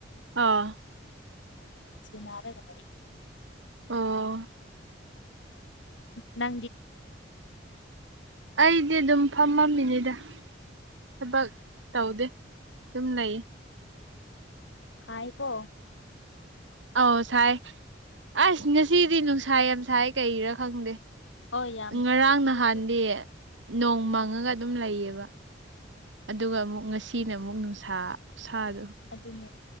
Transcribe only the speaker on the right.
ꯑꯥ
ꯑꯣ
ꯑꯩꯗꯤ ꯑꯗꯨꯝ ꯐꯝꯃꯝꯃꯤꯅꯤꯗ ꯊꯕꯛ ꯇꯧꯗꯦ ꯑꯗꯨꯝ ꯂꯩꯌꯦ
ꯑ ꯁꯥꯏ ꯑꯁ ꯉꯁꯤꯗꯤ ꯅꯨꯡꯁꯥ ꯌꯥꯝ ꯁꯥꯏ ꯀꯩꯔꯥ ꯈꯪꯗꯦ
ꯉꯔꯥꯡ
ꯅꯍꯥꯟꯗꯤ ꯅꯣꯡꯃꯪ ꯆꯪꯉꯒ ꯑꯗꯨꯝ ꯂꯩꯌꯦꯕ ꯑꯗꯨꯒ ꯑꯃꯨꯛ ꯉꯁꯤꯅ ꯑꯃꯨꯛ ꯅꯨꯡꯁꯥ ꯁꯥꯗ